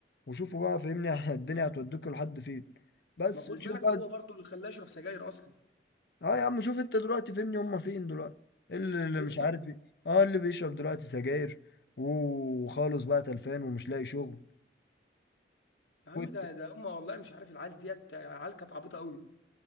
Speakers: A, on the left; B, on the left.
A: وشوفوا بقى فهمني <laughs> الدنيا هتوديكوا لحد فين بس
B: ما خد
A: شوف
B: بالك
A: بقى
B: هو برضو اللي خلاه يشرب سجاير اصلا
A: اه يا عم شوف انت دلوقتي فهمني هما فين دلوقتي إيه اللي اللي
B: بالظبط
A: مش عارف ايه اه اللي بيشرب دلوقتي سجاير وخالص بقى تلفان ومش لاقي شغل
B: يا عم
A: وت...
B: ده ده هم والله مش عارف العيال ديت عيال كانت عبيطه قوي